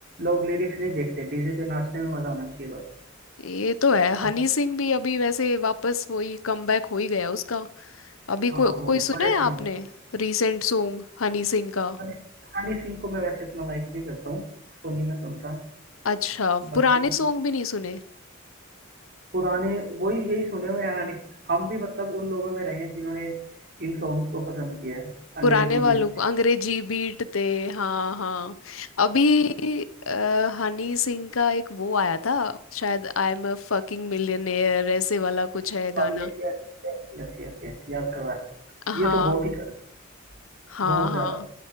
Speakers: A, on the right; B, on the left.
A: लोग लिरिक्स नहीं देखते डीजे पे नाचने में मजा आना चाहिए बस
B: ये तो है
A: हाँ
B: हनी सिंह भी अभी वैसे वापस वही कमबैक हो ही गया उसका अभी
A: हाँ,
B: को, कोई
A: हो गया
B: सुना
A: बड़े
B: है
A: टाइम
B: आपने
A: बाद
B: रीसेंट सॉन्ग हनी सिंह का
A: हनी हनी सिंह को मैं वैसे इतना लाइक नहीं करता हूँ उसको नहीं मैं सुनता
B: अच्छा
A: बाकी
B: पुराने सॉन्ग भी नहीं सुने
A: पुराने वही यही सुने हुए हैं हनी हम भी मतलब उन लोगों में रहे हैं जिन्होंने इन सॉन्ग्स को पसंद किया है
B: पुराने
A: अंग्रेजी
B: वालों
A: beat
B: को अंग्रेजी बीट थे हाँ हाँ अभी अ, हनी सिंह का एक वो आया था शायद I am a fucking millionaire ऐसे वाला कुछ है गाना
A: Yes yes yes yes याद करवाया
B: हाँ
A: ये तो बहुत ही कड़क है,
B: हाँ
A: बहुत
B: हाँ
A: ज्यादा